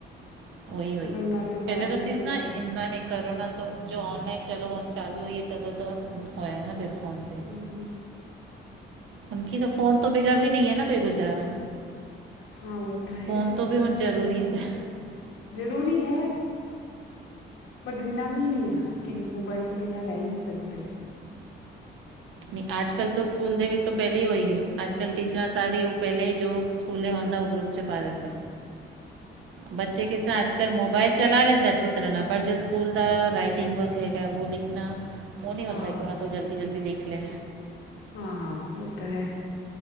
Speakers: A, on the right; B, on the left.
A: ਉਹੀ-ਉਹੀ
B: ਕਰੋਨਾ ਤੇ
A: ਪਹਿਲੇ
B: ਬਾਅਦ
A: ਤਾਂ
B: ਹੀ
A: ਕੀ
B: ਸਾਰਾ
A: ਨਾ ਇੰਨਾਂ ਨੇ ਕਰੋਨਾ ਤੋਂ ਜੋ ਔਨਲਾਈਨ ਚਲੋ ਹੁਣ ਚਾਲੂ ਹੋਈ ਐ, ਤਦੋਂ ਤਾਂ ਹੋਇਆ ਹੈ ਨਾ ਫਿਰ ਫੋਨ
B: ਹੂੰ-ਹੂੰ।
A: ਹੁਣ ਕਿੱਦਾ ਫੋਨ ਤੋਂ ਬਗੈਰ ਵੀ ਨਈ ਐ ਨਾ ਗੁਜ਼ਾਰਾ
B: ਹਾਂ ਉਹ ਤਾਂ ਹੈ
A: ਫੋਨ ਤੋਂ ਵੀ ਹੁਣ ਜ਼ਰੂਰੀ ਹੈ।
B: ਜ਼ਰੂਰੀ ਹੈ। ਬਟ ਇੰਨਾ ਵੀ ਨੀ ਆ ਕਿ ਮੋਬਾਇਲ ਤੋਂ ਬਿਨਾਂ ਰਹਿ ਈ ਨੀ ਸਕਦੇ।
A: ਨਹੀਂ, ਅੱਜਕੱਲ੍ਹ ਤਾਂ ਸਕੂਲ ਦੇ ਵਿੱਚ ਉਹ ਪਹਿਲੇ ਈ ਹੋਈ ਐ, ਅੱਜਕੱਲ੍ਹ ਟੀਚਰਾਂ ਸਾਰੇ ਹੀ ਉਹ ਪਹਿਲੇ ਹੀ ਜੋ ਸਕੂਲੇ ਹੁੰਦਾ ਉਹ ਗਰੁੱਪ ਚ ਪਾ ਦਿੰਦੇ
B: ਹਾਂ
A: ਬੱਚੇ
B: ਨਾ ਉਹਨਾਂ
A: ਕਿਸ ਤਰਾਂ
B: ਨੇ
A: ਅਜੱਕਲ੍ਹ ਮੋਬਾਇਲ ਚਲਾ ਲੈਂਦੇ ਆ ਅੱਛੀ ਤਰ੍ਹਾਂ ਨਾਲ ਬਟ ਜੋ ਸਕੂਲ ਦਾ ਰਾਈਟਿੰਗ ਵਰਕ ਹੈਗਾ ਉਹ ਲਿਖਣਾ ਉਹ ਨੀ ਹੁੰਦਾ
B: ਹਾਂ
A: ਕਿ ਉਹ ਨਾ ਤੋਂ ਜਲਦੀ-ਜਲਦੀ ਲਿਖ ਲੈ
B: ਹਾਂ ਓ ਤਾਂ ਹੈ।